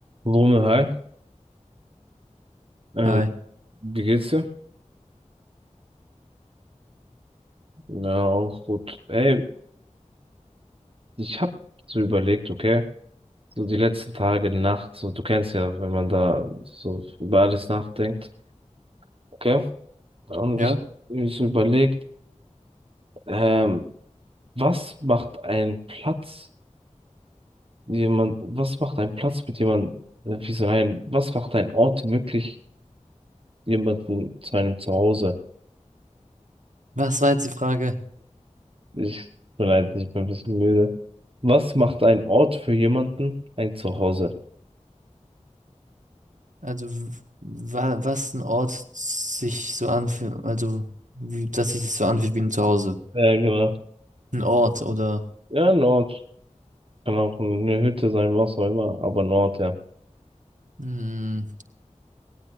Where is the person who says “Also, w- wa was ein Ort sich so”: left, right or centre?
Right